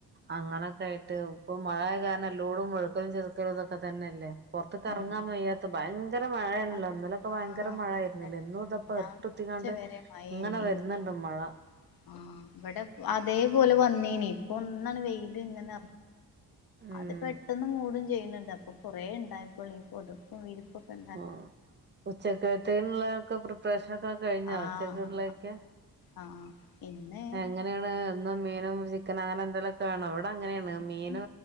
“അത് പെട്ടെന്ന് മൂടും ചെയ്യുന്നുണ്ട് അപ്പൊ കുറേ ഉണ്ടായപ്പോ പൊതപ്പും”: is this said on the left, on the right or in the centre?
Left